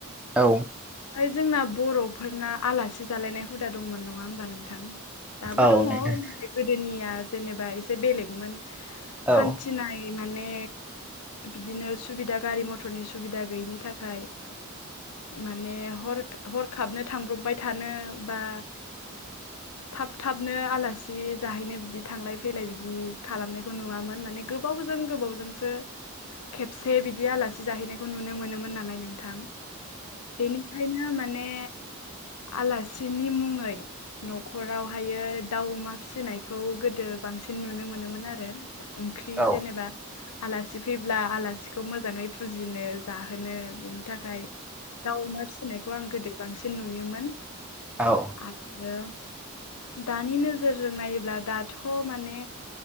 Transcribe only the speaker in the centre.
औ
औ
नोंथां
औ
औ
औ